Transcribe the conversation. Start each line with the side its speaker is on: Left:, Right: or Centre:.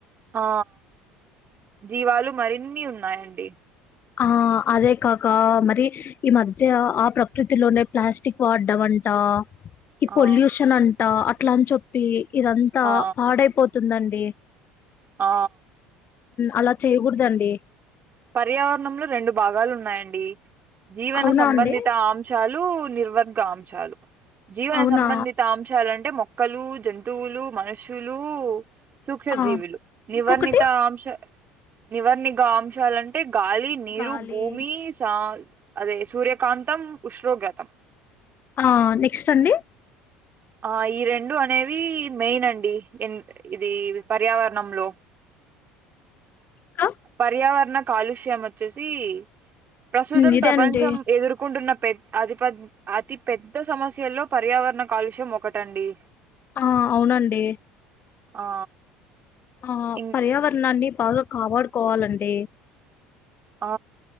Right: ఆ జీవాలు మరిన్ని ఉన్నాయండి
Left: ఆ అదే కాకా మరి ఈ మధ్య ఆ ప్రకృతిలోనే ప్లాస్టిక్ వాడ్డం అం టా ఈ
Right: ఆ
Left: పొల్యూషన్ అంటా అట్లాని చెప్పి ఇదంతా
Right: ఆ
Left: పాడైపోతు ందండి
Right: ఆ
Left: అలా చేయకూడదండి.
Right: పర్యావరణంలో రెండు భాగాలు ఉన్నాయండి. జీవన
Left: అవునా
Right: సంబంధిత
Left: అండి
Right: అంశాలు లు నిర్వర్గ అంశాలు జీవన
Left: అవునా
Right: సంబంధిత అంశాలుంటే మొ క్కలు జంతువులు మనుషులు సూక్ష
Left: ఆ
Right: జీవులు నివర్ణిత
Left: ఇంకొకటి
Right: అంశ నివర్ణిగా అంశాలంటే గాలి నీరు
Left: గాలి
Right: భూమి సా అదే సూర్యకాంతం ఉష్ణోగ్రతం
Left: ఆ నెక్స్ట్ అండి
Right: ఆ ఈ రెండు అనేవి మెయిన్ అండి ఇది పర్యావరణంలో
Left: ఇంకా
Right: పర్యావరణ కాలుష్యం వోచ్చేసి ప్రస్తుతం
Left: ఉమ్, ఇదే
Right: ప్రపంచం
Left: అండి
Right: ఎదుర్కొంటున్న పె అతి పెద్ద అతి పెద్ద సమస్యల్లో పర్యావరణ కాలుష్యం ఒకటండి
Left: ఆ అవునండి
Right: ఆ
Left: ఆ
Right: ఇం
Left: పర్యావరణాన్ని బాగా కాపాడుకోవలండి.
Right: ఆ